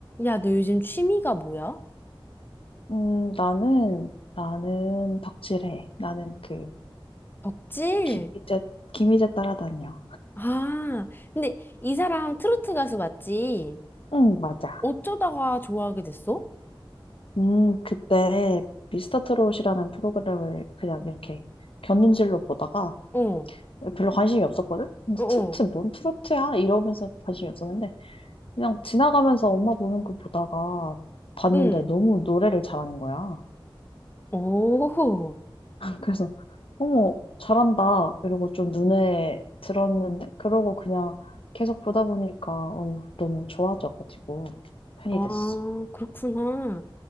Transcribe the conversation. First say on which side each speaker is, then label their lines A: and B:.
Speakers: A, on the left (about 20°); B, on the left (about 80°).
A: 야, 너 요즘 취미가 뭐야?
B: 음, 나는, 나는 덕질해. 나는 그,
A: 덕질?
B: 김희재, 김희재 따라다녀.
A: 아, 근데 이 사람 트로트 가수 맞지?
B: 응, 맞아.
A: 어쩌다가 좋아하게 됐어?
B: 음, 그때 미스터 트롯이라는 프로그램을 그냥 이렇게 견눈질로 보다가
A: 어, 어,
B: 별로 관심이 없었거든? 음,
A: 어,
B: 트로트, 뭔 트로트야? 이러면서 관심이 없었는데, 그냥 지나가면서 엄마 보는 거 보다가 봤는데
A: 응.
B: 너무 노래를 잘하는 거야.
A: 오,
B: 그래서 어머 잘한다 이러고 좀 눈에 들었는데 그러고 그냥 계속 보다 보니까 어우, 너무 좋아져가지고 팬이
A: 아,
B: 됐어.
A: 그렇구나.